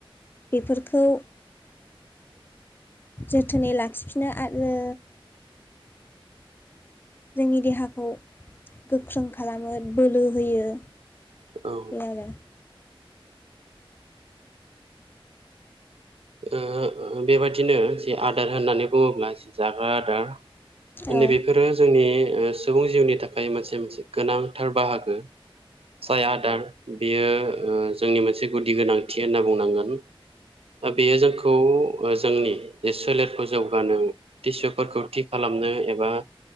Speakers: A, on the left (about 20°); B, on the right (about 85°).
A: बेफोरखौ जोथोनै लाखिफिनो आरो जोंनि देहाखौ गोख्रों खालामो बोलो होयो
B: औ ओ
A: बे आरो
B: ओ बेबादिनो जे आदार होननानै बुङोब्ला जि जाग्रा आदार
A: औ
B: नै बेफोरो जोंनि ओ सुबुं जिउनि थाखाय मोनसे मोनसे गोनांथार बाहागो साय आदार बेयो ओ जोंनि मोनसे गुदि गोनांथि होनना बुंनांगोन <inaudible> बे जोंखौ ओ जोंनि जे सोलेरखौ जौगानो टिसु फोरखौ थि खालामनो एबा